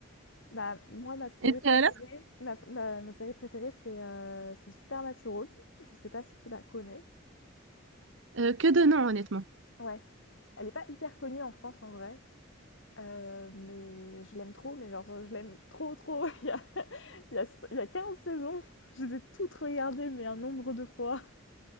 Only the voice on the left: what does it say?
Bah, moi, ma série
préférée,
ma, ma- ma série préférée, c'est euh, c'est Supernatural. Je sais pas si tu la connais.
Ouais. Elle n'est pas hyper connue en France en vrai, euh, mais je l'aime trop. Mais genre, je l'aime trop, trop. <laughs> Il y a, il y a, il y a 15 saisons. Je les ai toutes regardées, mais un nombre de fois.